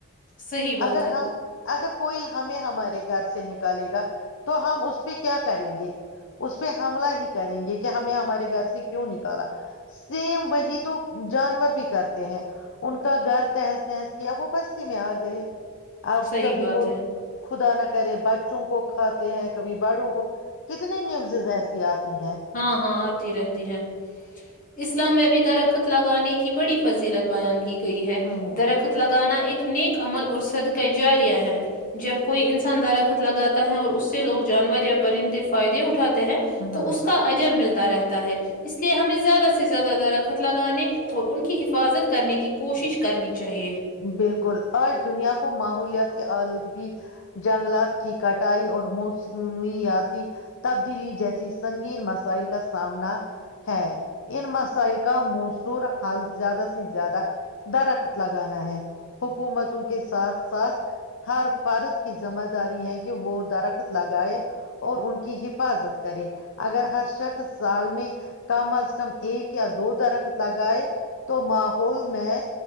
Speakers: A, on the left; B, on the left.
A: صحیح بات
B: اگر
A: ہے
B: ہم اگر کوئی ہمیں ہمارے گھر سے نکالے گا تو ہم اس پہ کیا کریں گے اس پہ حملہ ہی کریں گے کہ ہمیں ہمارے گھر سے کیوں نکالا سیم وہی تو جانور بھی کرتے ہیں ان کا گھر تہز تہز کیا وہ بستی میں آ گئے آپ
A: صحیح
B: کبھی
A: بات
B: وہ
A: ہے
B: خدا نہ کرے بچوں کو کھاتے ہیں کبھی بڑوں کو کتنے نیوزز ایسی آتی ہیں
A: ہاں ہاں رہتی ہے اسلام میں بھی درخت لگانے کی بڑی فضیلت بیان کی گئی گئی ہے
B: ہوں ہوں
A: درختلا گانا ایک نیک عمل اور صدقہ جااریا ہے جب کوئی انسان درخت لگاتا ہے اور اس سے لوگ جانور یا پرندے فائدے اٹھ ٹھاتے ہیں تو
B: ہوں
A: اس کے ملتا رہتا ہے اس لیے ہمیں زیادہ سے زیادہ درخت لگانے اور ان کی حفاظت کرنے کی کوشش کرنی چاہیے
B: بالکل اور دنیا کو ماحولیات آلودگی جنگلات کی کٹائی اور موسمیاتی تبدیلی جیسی سنگین مسائل کا سامنا ہے ان مسائل کا موصور حال زیادہ سے زیادہ درخت لگ لگانا ہے حکومتوں کے ساتھ ساتھ ہر فرد کی ذمہ داری ہے کہ وہ درخت لگائے اور ان کی حفاظت کرے اگر ہر شخص سال میں کم از کم ایک یا دو درخت لگائے تو ماحول میں